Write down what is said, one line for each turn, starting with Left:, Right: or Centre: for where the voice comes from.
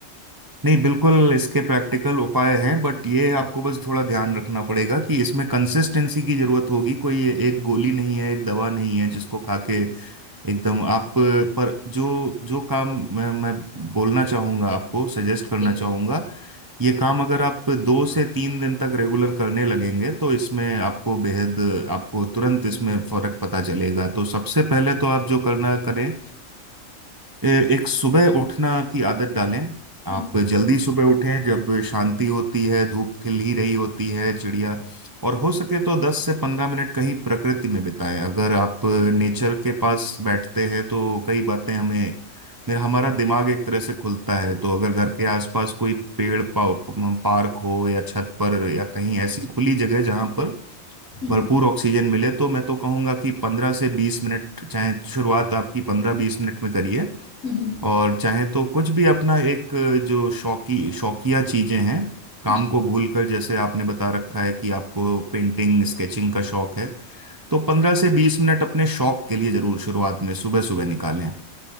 Right: नहीं बिल्कुल इसके प्रैक्टिकल उपाय हैं बट ये आपको बस थोड़ा ध्यान रखना पड़ेगा कि इसमें कंसिस्टेंसी की जरूरत होगी कोई ये एक गोली नहीं है एक दवा नहीं है जिसको खा के एकदम आप पर जो जो काम मैं, मैं बोलना चाहूंगा आपको सजेस्ट करना
Left: जी
Right: चाहूंगा ये काम अगर आप दो से तीन दिन तक रेगुलर करने लगेंगे तो इसमें आपको बेहद आपको तुरंत इसमें फर्क पता चलेगा तो सबसे पहले तो आप जो करना करें ए- एक सुबह उठना की आदत डालें
Left: हम्म,
Right: आप जल्दी सुबह उठें जब शांति होती है धूप खिल ही रही होती है चिड़िया और हो सके तो दस से पंद्रह मिनट कहीं प्रकृति में बिताएं अगर आप नेचर के पास बैठते हैं तो कई बातें हमें मेरा हमारा दिमाग एक तरह से खुलता है तो अगर घर के आसपास कोई पेड़ पा, पार्क हो या छत पर या कहीं ऐसी खुली जगह जहां पर
Left: हम्म,
Right: भरपूर ऑक्सीजन मिले तो मैं तो कहूंगा कि पंद्रह से बीस मिनट चाहे शुरुआत आपकी पंद्रह बीस मिनट में करिए
Left: हम्म,
Right: और चाहे तो कुछ भी अपना एक जो शौकी शौकिया चीजें हैं काम
Left: हम्म,
Right: को भूलकर जैसे आपने बता रखा है कि आपको पेंटिंग स्केचिंग का शौक है तो पंद्रह से बीस मिनट अपने शौक के लिए जरूर शुरुआत में सुबह सुबह निकालें